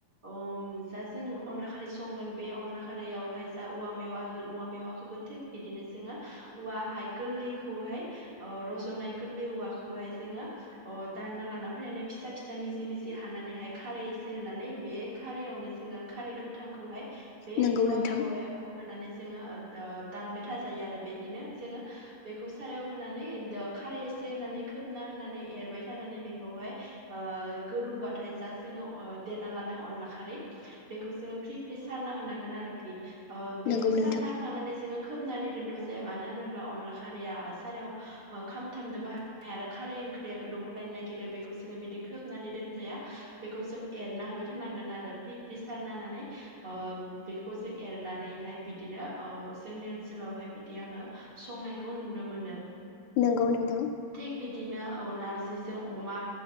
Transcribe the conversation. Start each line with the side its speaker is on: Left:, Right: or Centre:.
Right: अम जा जों अनला खारि संगोन बे अनला खारियावहाय जा औवा मेवा होगोन औवा मेवाखौबो थिग बिदिनो जोङो औवाहाय गोरलैखौहाय ओ रजनाय गोरलै औवाखौहाय जोङो अ दानना लाना फैनानै फिसा फिसा मिजि मिजि हानानैहाय खारै एसे होनानै बे खारैयावनो जोङो खारै गोथांखौहाय बे
Left: नंगौ
Right: औवा
Left: नोंथां
Right: मेवइआव होनानै जोङो ओबद अ दानबाय थाज जायो आरो बेदिनो जोङो। बेखौ सारायाव होनानै दो खारै इसे होननानै खोबना होनानै एरबायथ थानानै बेखौहाय ओ गोदौबाथाय जा जोङो अ देना लाना अनलाखारै बेखौ जोङो फ्रि फ्रि सारना होनांगोन आरोखि। ओ
Left: नंगौ
Right: बेखौ
Left: नोंथां
Right: सारना होखांनानै जोङो नानै दोनथ जाया मानो होनोब्ला अनला खारैया ओ सारायाव ओ खामथाबनोबो हानाय आरो खारै ओंख्रिया गोदौख्लायनो नागिरो बेख खौ जोङो बिदि खोबनानै दोनजाया बेखौ जों एरना होबाय थानांगोन आरो फ्रि फ्रि सारना होनानै अ बेखौ जों एरनानैहाइ बिदिनो ओ जोंनि ओन सोलावहाय बि दि आङो संनायखौ नुनो मोनो
Left: नंगौ नोंथां
Right: थिग बिदिनो औ नारजिजों अमा